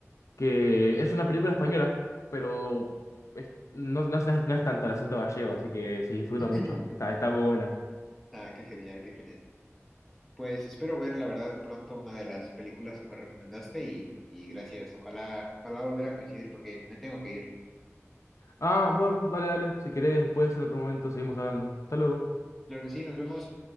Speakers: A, on the left; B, in the centre.
A: que es una película española, pero es- no, no, es- no es no es tanto el acento gallego, así que se disfruta
B: <laughs>
A: mucho. Está, está muy buena.
B: Ah, qué genial, qué genial. Pues espero ver, la verdad, pronto una de las películas que me recomendaste y, y gracias. Ojalá, ojalá volver a coincidir porque me tengo que ir.
A: Ah, bueno, dale, dale. Si querés, después en otro momento seguimos hablando. Hasta luego.
B: Claro que sí, nos vemos.